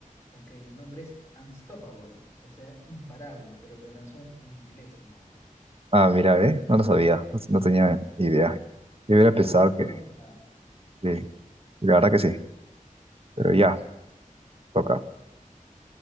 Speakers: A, on the left; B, on the right.
A: Ok, el nombre es Unstoppable, o sea, imparable, pero lo lanzó en, en inglés el nombre.
B: Ah, mira, ¿eh? No lo sabía, no, no tenía idea. Yo
A: Sí,
B: hubiera
A: creo
B: pensado
A: que era un poco
B: que,
A: rebuscado.
B: que- la verdad que sí, pero ya, toca.